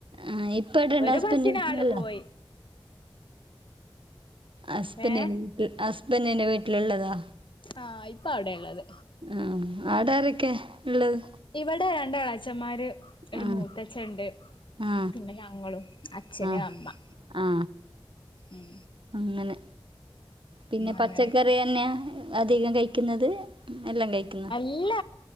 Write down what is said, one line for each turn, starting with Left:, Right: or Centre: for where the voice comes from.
Right: ആഹ്, ഇപ്പടെണ്ട്
Left: ഒരു
Right: ഹസ്ബന്റ്.
Left: ബസ്സിന്
Right: <unintelligible>
Left: ആള് പോയി
Right: അസ്ബ
Left: ഏഹ്
Right: <unintelligible> ഹസ്ബന്റിന്റെ വീട്ടില്ള്ളതാ
Left: ആഹ് ഇപ്പ അവിടെ ള്ളത്
Right: ആഹ് അവ്ടാരൊക്കെ ള്ളത്
Left: ഇവിടെ രണ്ട് എളച്ചൻമാര് ഒരു
Right: ആ
Left: മൂത്തച്ഛൻ ണ്ട്.
Right: ആ
Left: പിന്നെ ഞങ്ങളും, അച്ഛന്,
Right: ആ
Left: അമ്മ
Right: ആ
Left: ഉം
Right: അങ്ങനെ. പിന്നെ
Left: അങ്ങനൊക്കെ
Right: പച്ചക്കറി തന്നെയ അധികം കഴിക്ക്ന്നത്? എല്ലാം കഴിക്ക്ന്നു.
Left: ഇല്ല,